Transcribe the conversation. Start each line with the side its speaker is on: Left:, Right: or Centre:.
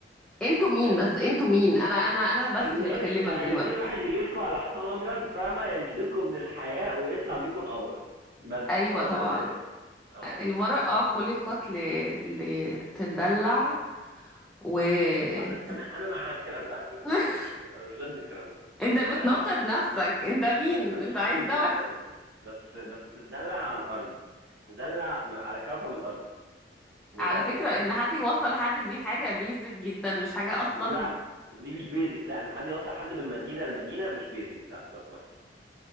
Centre: انتوا مين
Right: آه،
Centre: بس انتوا مين انا انا انا بس
Right: الناس
Centre: اللي بكلمك
Right: عايزين
Centre: دلوقتي
Right: واحد يجي لكم على حصان ابيض فاهمة ينشلكم من الحياة ويطلع بيكم القمر بس
Centre: ايوه
Right: هو
Centre: طبعا
Right: ده اللي اه
Centre: المرأة خلقت ل... لتدلع و
Right: ما- تمام
Centre: ت-
Right: انا مع الكلام ده على فكرة
Centre: <laughs>
Right: انا مش انا مش ضد الكلام ده
Centre: انت بتناقض
Right: انا
Centre: نفسك انت مين
Right: انا مش
Centre: انت عايز
Right: ضد
Centre: ده
Right: الكلام
Centre: ولا <laughs>
Right: ده بس بس ندلع على الارض ندلع على كوكب الارض ان
Centre: على
Right: ده
Centre: فكرة
Right: يعني
Centre: ان حد يوصل لحد دي حاجة بيزك جدا مش حاجة اصلا
Right: لا دي مش بيزك لا ان حد يوصل حد من مدينه لمدينه مش بيزك لا لو سمحتي